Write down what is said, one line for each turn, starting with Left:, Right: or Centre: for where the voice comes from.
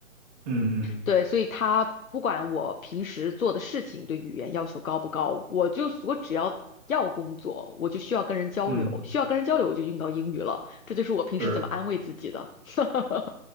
Right: 嗯嗯
Left: 对，所以它不管我平时做的事情对语言要求高不高，我就我只要要工作，我就需要跟人交流，
Right: 嗯，
Left: 需要跟人交流我就用到英语了，这就是我平时怎么安慰自己的。
Right: 是。
Left: <laughs>